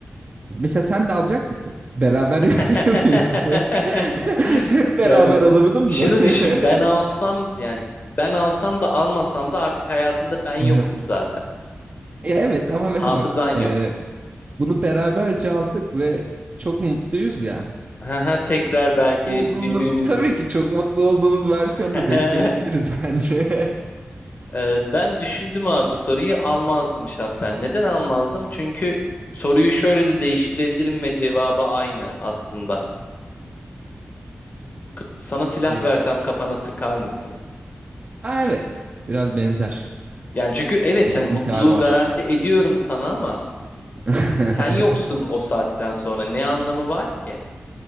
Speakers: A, on the right; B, on the left.
A: mesela sen de alacak mısın? Beraber
B: <laughs>
A: <laughs> yapıyorsun. <laughs> Hep beraber
B: Yani
A: alamadın
B: şunu
A: mı? <laughs>
B: düşün ben alsam yani ben alsam da almasam da artık hayatında ben yokum
A: Hı hı.
B: zaten.
A: Ya evet ama mesela
B: Hafızan
A: bak e,
B: yok.
A: bunu beraberce aldık ve çok mutluyuz ya.
B: <laughs> Tekrar belki
A: mutlu olduğumuz
B: birbirimizi.
A: tabii ki çok mutlu olduğumuz versiyonda
B: <laughs>
A: denk gelebiliriz bence.
B: Ee, Ben düşündüm abi bu soruyu almazdım şahsen. Neden almazdım? Çünkü soruyu şöyle de değiştirebilirim ve cevabı aynı aslında. K- Sana silah
A: <laughs> Nedir?
B: versem kafana sıkar mısın?
A: Ha evet. Biraz benzer.
B: Yani çünkü evet
A: Bir, bir
B: hani mutluluğu
A: intihar var.
B: garanti ediyorum sana ama
A: <laughs>
B: sen yoksun o saatten sonra ne anlamı var ki?